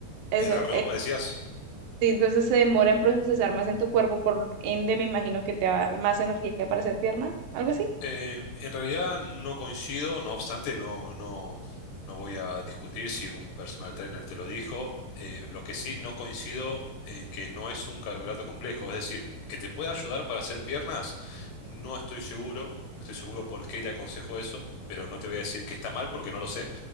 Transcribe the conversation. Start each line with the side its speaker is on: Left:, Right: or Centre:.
Right: eso,
Left: El arroz, me decías.
Right: Sí, entonces se demora en procesar más en tu cuerpo, por ende me imagino que te va a dar más energía para hacer pierna, algo así.
Left: Eh, en realidad no coincido, no obstante, no, no, no voy a discutir si un personal trainer te lo dijo. Eh, lo que sí no coincido en que no es un carbohidrato complejo, es decir, que te puede ayudar para hacer piernas, no estoy seguro, estoy seguro por qué te aconsejó eso, pero no te voy a decir que está mal porque no lo sé.